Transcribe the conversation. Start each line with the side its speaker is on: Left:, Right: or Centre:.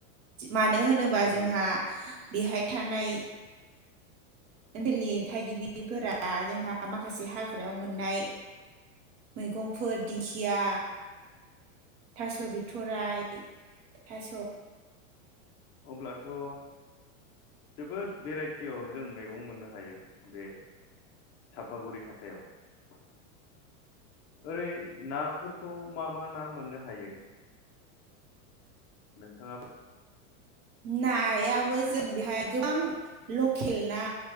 Right: मानो होनोबा
Left: नंगौ
Right: जोंहा बेहाय थानाय ओनथोलनि थागिबिफोरा जोंहा माखासे हाग्रायाव मोननाय मैगंफोर दिंखिया थास बिथराइ थास
Left: अब्ला थ जोबोद भेराइटियाव जों मेगं मोननो हायो बे साफागुरि हाथायाव ओरै नाफोरखौ मा मा ना मोननो हायो? नोंथाङा
Right: नायाबो जों बेहाय गोबां लकेल ना